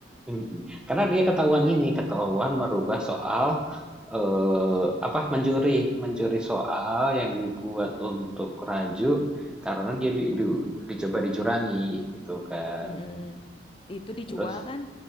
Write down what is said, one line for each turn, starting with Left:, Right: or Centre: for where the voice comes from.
Centre: Mm-mm. Karena dia ketahuan ini, ketahuan merubah soal eh apa mencuri, mencuri soal yang dibuat untuk raju karena dia di, di- dicoba dicurangi gitu kan.
Left: Mm-mm. itu dijual
Centre: Terus
Left: kan